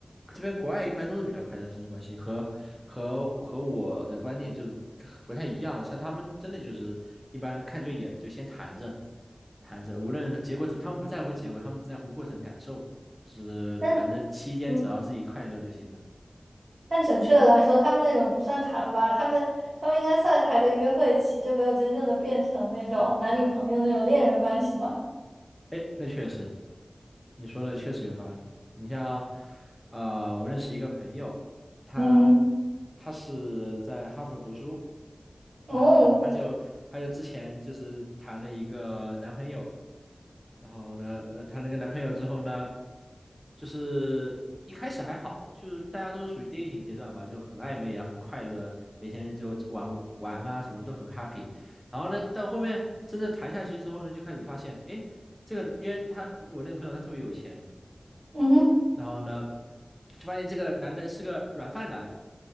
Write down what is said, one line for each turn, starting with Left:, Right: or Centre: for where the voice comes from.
Centre: 这边国外一般都是比较快的师生关系，和和和我的观念就是不太一样。像他们真的就是一般看对眼了就先谈着，谈着，无论结果怎么，他们不在乎结果，他们只在乎过程感受，就是谈的期间只要自己快乐就行了。
Right: 那嗯，但准确的来说，他们那种不算谈吧，他们他们应该算是还在约会期，就没有真正的变成那种男女朋友那种恋人关系嘛。
Centre: 哎，那确实，你说的确实有道理。你像，呃，我认识一个朋友，他
Right: 嗯，
Centre: 他是在哈佛读书，然后呢，
Right: 哦，
Centre: 他就他就之前就是谈了一个男朋友，然后呢，那她那个男朋友之后呢，就是一开始还好，就是大家都是属于 dating 阶段吧，就很暧昧啊，很快乐，每天就玩玩啊什么的都很 happy。然后呢，到后面真的谈下去之后呢，就开始发现，哎，这个，因为他我那个朋友他特别有钱，
Right: 嗯哼，
Centre: 然后呢，就发现这个男的是个软饭男，